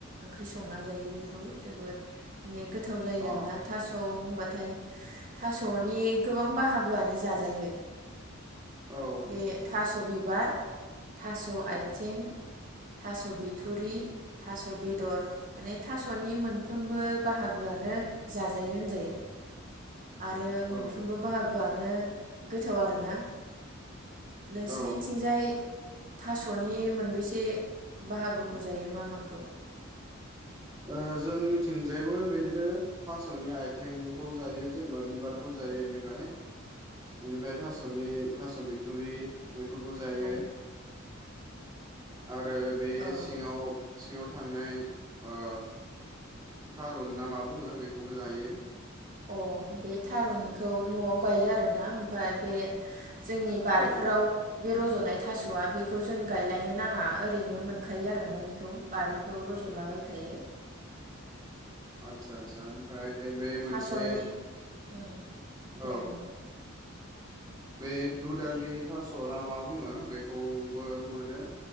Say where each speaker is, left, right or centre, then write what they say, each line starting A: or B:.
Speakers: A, on the right; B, on the right.
A: ओंख्रि संना जायो बेखौ जोबोद माने गोथाव जायो
B: अ
A: आरोना, थास' होनबा फायय थास'नि गोबां बाहागोआनो जाजायो।
B: औ
A: बे थास' बिबार थास' आइ आथिं, थास' बिथरि थास' बेदर, माने थास'नि मोनफ्रोमबो बाहागोआनो जाजायो होनजायो। आरो
B: औ
A: मोनफ्रोमबो बाहागोआ नो गोथाव आरोना। नोंसिनिथिंजाय
B: औ
A: थास'नि मोनबेैसे बाहागोखौ जायो मा माखौ?
B: ओ जोंनिथिंजायबो बिदिनो थास'नि आइथेंखौ जायो, जेनेबा बिबारखौ जायो बेनिफ्राय एनिफ्रायथ' थास'नि थास' बिथुरि बेफोरखौ जायो
A: औ
B: आरो बे
A: औ
B: सिङाव सिङाव थांनाय ओ थारुन ना मा बुङो बेखौबो जायो।
A: अ बे थारुनखौ न'आव गायो आरोना ओमफ्राय बे जोंनि बारिफोराव
B: औ
A: बे रज'नाय थास'आ बेखौ जों गायलायनो नाङा, ओरैनो मोनखायो आरोना बेखौ बारिफ्रावनो रज'लाबायखायो।
B: आतसा आतसा ओमफ्राय बे
A: थास'नि
B: मोनसे
A: उम दे
B: औ
A: बुं!
B: बे दुदालि थास'ना मा बुङो बेखौबो मोनो।